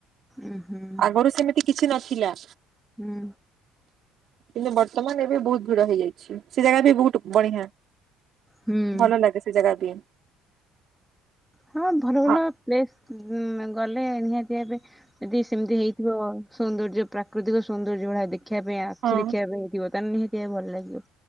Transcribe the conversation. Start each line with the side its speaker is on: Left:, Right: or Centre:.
Centre: ଉଁ ହୁଁ
Right: ଆଗରୁ ସେମିତି କିଛି ନଥିଲା।
Centre: ହୁଁ।
Right: କିନ୍ତୁ ବର୍ତ୍ତମାନ ଏବେ ବହୁତ ଭିଡ ହେଇଯାଇଛି ସେ ଜାଗା ବି ବହୁତ ବଢ଼ୀଆଁ।
Centre: ହୁଁ।
Right: ଭଲ ଲାଗେ ସେ ଜାଗା ବି।
Centre: ହଁ ଭଲ ଭଲ
Right: ହଁ
Centre: ପ୍ଲେସ୍ ଉଁ ଗଲେ ନିହାତି ଏବେ ଯଦି ସେମିତି ହେଇଥିବ। ସୌନ୍ଦର୍ଯ୍ୟ ପ୍ରାକୃତିକ ସୌନ୍ଦର୍ଯ୍ୟ ଭଳିଆ ଦେଖିବା ପାଇଁ ଆଖି
Right: ହଁ
Centre: ଦେଖିଆ ପାଇଁ ଥିବ ତାହେଲେ ନିହାତି ଭଲ ଲାଗିବ।